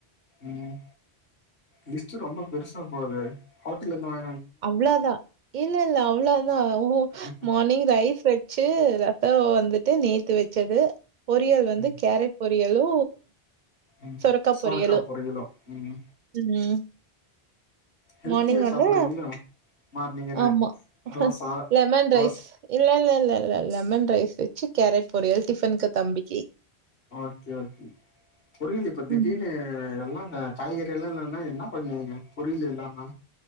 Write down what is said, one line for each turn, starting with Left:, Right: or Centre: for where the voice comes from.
Left: ம் லிஸ்ட்டு ரொம்ப பெருசா போதே ஹோட்டல இருந்து வாங்
Right: அவ்ளோ தா இல்ல இல்ல அவ்ளோ தா ஓ
Left: ம்
Right: மார்னிங் ரைஸ் வச்சு ஒ வந்துட்டு நேத்து வச்சது பொரியல் வந்து
Left: ம்
Right: கேரட் பொரியலு
Left: ம்
Right: சொரக்கா
Left: சோரக்கா
Right: பொரியலு
Left: ம்
Right: ம்
Left: ஹெல்த்தியா
Right: மானிங் வந்து
Left: சாப்டுறீங்களோ மார்னிங் என்ன
Right: ஆமா
Left: தோச
Right: லெமன்
Left: தோஸ்
Right: ரைஸ் இல்ல இல்ல இல்ல இல்ல லெமன் ரைஸ் வச்சு கேரட் பொரியல் டிஃபன்கு தம்பிக்கு
Left: ஓகே ஓகே புரிது இப்ப திடீர்னு
Right: ம்
Left: எல்லா ஆ காய்கறி எல்லா இல்லன்னா என்ன பண்ணுவீங்க பொரியல் இல்லாம